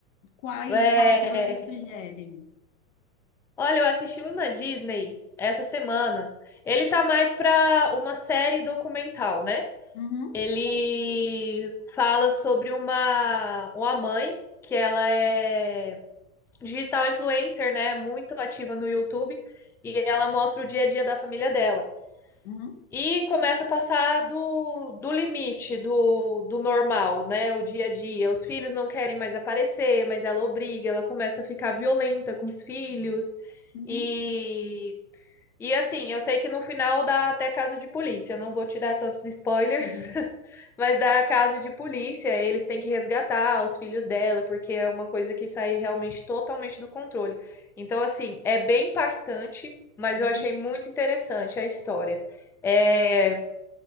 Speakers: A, on the left; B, in the centre.
A: Qual,
B: É,
A: qual que você sugere?
B: Olha, eu assisti um na Disney essa semana. Ele tá mais para uma série documental, né?
A: Uhum,
B: Ele fala sobre uma, uma mãe que ela é digital influencer, né? Muito ativa no YouTube. E ela mostra o dia a dia da família dela.
A: uhum,
B: E começa a passar do, do limite do, do normal, né? O dia a dia. Os filhos não querem mais aparecer, mas ela obriga, ela começa a ficar violenta com os filhos.
A: uhum,
B: E, e assim, eu sei que no final dá até caso de polícia, não vou te dar tantos spoilers,
A: <laughs>
B: <laughs> Mas dá caso de polícia, eles têm que resgatar os filhos dela, porque é uma coisa que sai realmente totalmente do controle. Então, assim, é bem impactante, mas
A: uhum.
B: eu achei muito interessante a história. É,